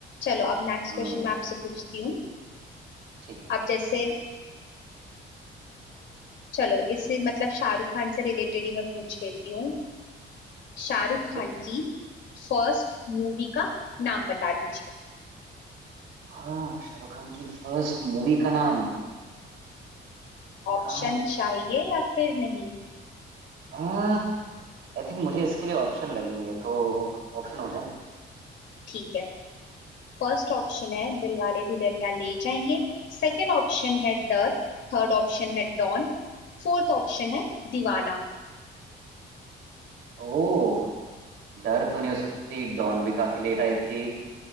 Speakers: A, on the left; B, on the right.
A: चलो अब नेक्स्ट
B: हम्म
A: क्वेश्चन मैं आपसे पूछती हूँ
B: ठीक है
A: अब जैसे चलो इससे मतलब शाहरुख खान से रिलेटेड ही मैं पूछ लेती हूँ शाहरुख
B: ओके
A: खान की फर्स्ट मूवी का नाम बता दीजिए
B: हाँ शाहरुख खान की फर्स्ट मूवी का नाम
A: ऑप्शन
B: यार
A: चाहिए या फिर नहीं
B: आ आई थिंक मुझे इसके लिए ऑप्शन लगेंगे तो ऑप्शन हो जाए
A: ठीक है फर्स्ट ऑप्शन है दिलवाले दुल्हनिया ले जाएंगे सेकंड ऑप्शन है डर थर्ड ऑप्शन है डॉन फोर्थ ऑप्शन है दीवाना
B: ओ डर तो नहीं हो सकती डॉन भी काफी लेट आई थी